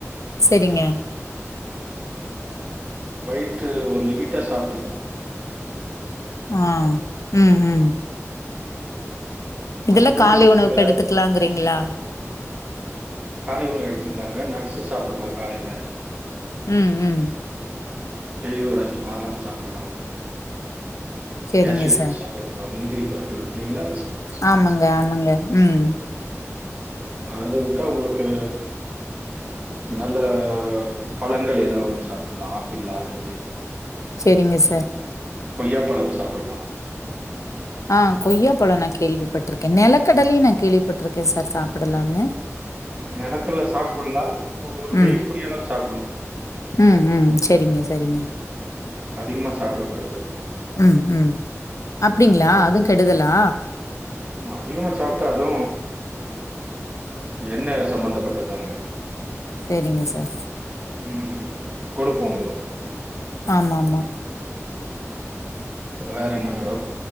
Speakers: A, on the left (about 75°); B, on the right (about 25°).
A: சரிங்க.
B: நைட்டு ஒரு லிமிட்டா சாப்ட்டுக்குணு
A: ஆ ம் ம்
B: மத்தபடி
A: இதெல்லாம் காலை
B: உங்களுக்கு
A: உணவுக்கு
B: வேற
A: எடுத்துக்கலாங்கிறீங்களா?
B: காலைவு எடுத்துக்குலாங்க நட்ஸு சாப்புல்லா காலேல
A: ம் ம்
B: டெய்லி ஒரு அஞ்சு பாதாம் சாப்புல்லாம்
A: சரிங்க
B: கேஸ்யு
A: சார்.
B: நட்ஸ் சாப்ட்டுக்லாம் முந்திரி பருப்பு இல்லைங்ளா
A: ஆமாங்க ஆமாங்க ம்
B: அத உட்டா உங்ளுக்கு நல்ல பழங்கள் எதா ஒன்னு சாப்புல்லா ஆப்பிள் ஆரஞ்சு
A: செரிங்க சார்
B: கொய்யாப்பழம் சாப்புட்லாம்
A: ஆ கொய்யாப்பழம் நா கேள்விப்பட்ருக்கேன் நெலக்கடலையும் நா கேள்விப்பட்ருக்கேன் சார் சாப்புடலான்னு
B: நெலக்கடல சாப்புட்லாம் ஒரு
A: ம்,
B: கைப்புடியளவு சாப்புட்ணு
A: ம் ம் செரிங்க சரிங்க
B: அதிகமா சாப்புடக் கூடாது
A: ம், ம். அப்டிங்களா
B: நல்ல ஒ
A: அதுவும் கெடுதலா?
B: அதிகமா சாப்ட்டாலு எண்ண சம்பந்தப்பட்டதாங்க
A: செரிங்க சார்
B: உம் குடுப்போ <inaudible>
A: ஆமாமா
B: வேற என்ன மேடம்